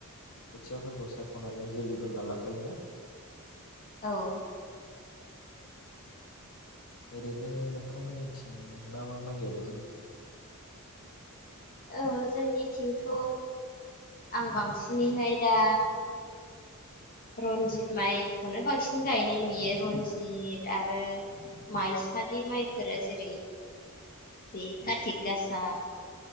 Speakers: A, on the left (about 75°); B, on the left (about 40°).
A: खोथियाफोरखौ सायख'नानै जोलै दोनना लाखायोना।
B: औ।
A: ओरैनो नोंथांमोननिथिं मा मा माइ गायनाय जायो?
B: औ जोंनिथिंथ' आं बांसिनैहाय दा रनजित माइखौनो बांसिन गायनाय नुयो रनजित आरो माइसालि माइफोरा जेरै बे
A: उम,
B: खाथि गासा